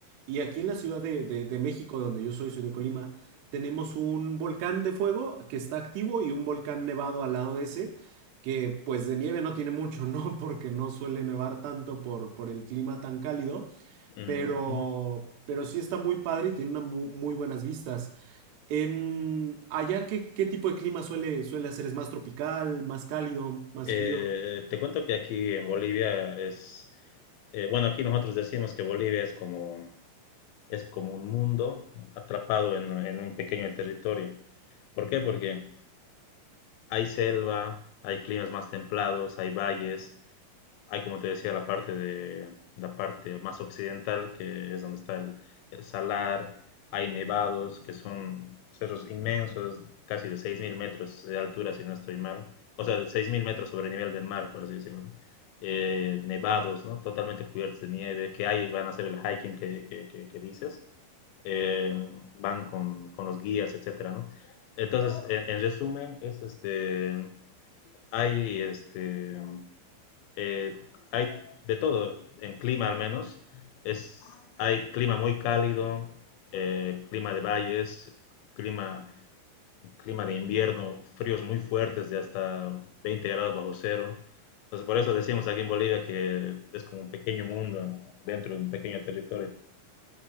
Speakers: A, on the right; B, on the left.
A: Y aquí en la Ciudad de, de- de México, donde yo soy, soy de Colima, tenemos un volcán de fuego que está activo y un volcán nevado al lado de ese, que pues de nieve no tiene mucho, ¿no? <laughs> Porque no suele nevar tanto por, por el clima tan cálido
B: Ujú.
A: pero, pero sí está muy padre y tiene unas mu- muy, buenas vistas. En allá, ¿qué, qué tipo de clima suele, suele hacer? ¿Es más tropical, más cálido, más
B: Eh,
A: frío?
B: te cuento que aquí en Bolivia es, eh, bueno, aquí nosotros decimos que Bolivia es como es como un mundo atrapado en, en un pequeño territorio. ¿Por qué? Porque hay selva, hay climas más templados, hay valles, hay, como te decía, la parte, de, la parte más occidental, que es donde está el, el salar, hay nevados, que son cerros inmensos, casi de 6.000 metros de altura, si no estoy mal, o sea, de 6.000 metros sobre el nivel del mar, por así decirlo. Eh, nevados, ¿no? Totalmente cubiertos de nieve, que ahí van a hacer el hiking que, que, que, que dices eh, van con, con, los guías, etcétera, ¿no? Entonces, en, en resumen, es este, hay este, eh, hay de todo, en clima al menos, es, hay clima muy cálido, eh, clima de valles, clima, clima de invierno, fríos muy fuertes de hasta 20 grados bajo cero. Entonces, por eso decimos aquí en Bolivia que es como un pequeño mundo dentro de un pequeño territorio.